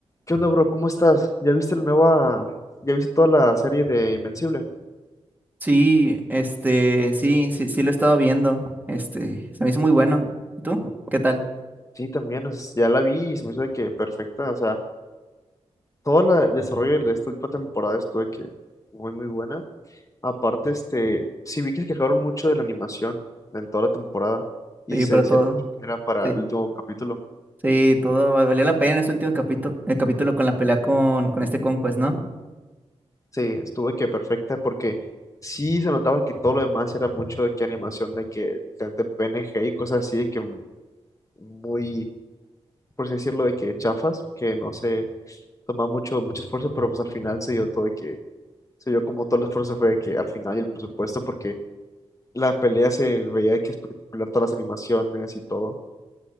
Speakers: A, on the left (about 30°); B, on the right (about 15°).
A: ¿Qué onda, bro? ¿Cómo estás? ¿Ya viste la nueva, ya viste toda la serie de Invencible?
B: Sí, este, sí, sí, sí lo he estado viendo. Este, se me hizo muy bueno. ¿Y tú? ¿Qué tal?
A: Sí, también, es- ya la vi y se me hizo de que perfecta, o sea, todo la- el desarrollo de esta última temporada estuvo de que muy, muy buena. Aparte, este, sí vi que se quejaron mucho de la animación en toda la temporada y
B: Sí,
A: se
B: pero
A: decía
B: todo.
A: mucho que era para
B: Sí,
A: el último capítulo.
B: sí, todo va- valió la pena en ese último capítulo, el capítulo con la pelea con, con este Conquest, ¿no?
A: Sí, estuvo de que perfecta porque sí se notaba que todo lo demás era mucho de que animación, de que tanto PNG y cosas así, de que muy, por así decirlo, de que chafas, que no sé tomaba mucho, mucho esfuerzo, pero pues al final se dio todo de que, se dio como todo el esfuerzo fue de que al final y el presupuesto, porque la pelea se veía de que espectacular todas las animaciones y todo.